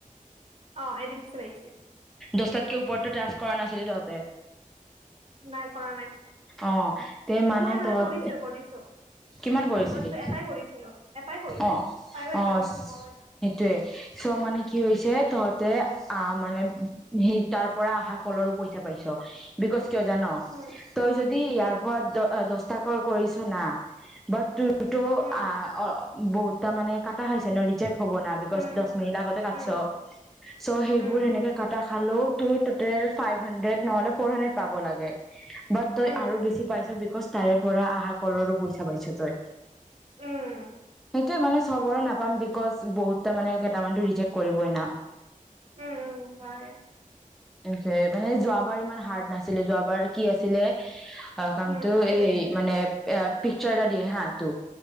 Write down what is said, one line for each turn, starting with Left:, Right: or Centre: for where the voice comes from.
Right: অ এদিন পিছত আহি
Centre: দচটাত ওৰতটো ক্লাছ কৰা নাছিলে তাহতে।
Right: নাই কৰা নাই
Centre: অ তে মানে
Right: অ নহয় নহয়
Centre: তহত
Right: কৰিছো কৰিছো
Centre: কিমান কৰিছিলি
Right: কৰিছো এটাই কৰিছিলো এটাই কৰিছো
Centre: অ
Right: তাইও
Centre: আহ
Right: এটা কৰিছিল মইও এটা
Centre: সেইটোয়ে চ' মানে
Right: উম
Centre: কি হৈছে তহঁত তে আ মানে সেই তাৰ পৰা অহা কলৰো পইচা পাইছ বিকোচ কিয় জান,
Right: উম
Centre: তই যদি
Right: কি
Centre: ইয়াৰ পৰা অ দস্তাকল কৰিছ না সেইটো
Right: উম
Centre: অ বহুতা মানে কাটা হৈছে ন ৰিজেক্ট হ'ব না বিকজ
Right: উম
Centre: দহ মিনিট আগতে কাটছ
Right: উম
Centre: চ' সেই
Right: উম
Centre: বোৰ সেনেকে কাটা খালো তোৰ টোটেল ফাইভ হানড্ৰেড নহলে ফ'ৰ হানড্ৰেড পাব লাগে। বাট তই
Right: উম
Centre: আৰু বেছি পাইছ বিকজ তাৰে পৰা আহা কলৰো পইচা পাইছ তই।
Right: উম
Centre: সেইটোয়ে মানে চবৰে
Right: গম পাইছো
Centre: নাপাম
Right: এইটো
Centre: বিকজ বহুত ত' মানে কেইটামানটো ৰিজেক্ট কৰিবই না?
Right: উম উম, হয়।
Centre: যে, মানে যোৱাবাৰ ইমান হাৰ্ড নাছিলে, যোৱাবাৰ কি আছিলে অ' কামটো
Right: উম
Centre: এই মানে, এ পিকচাৰ এটা দিয়ে হা তো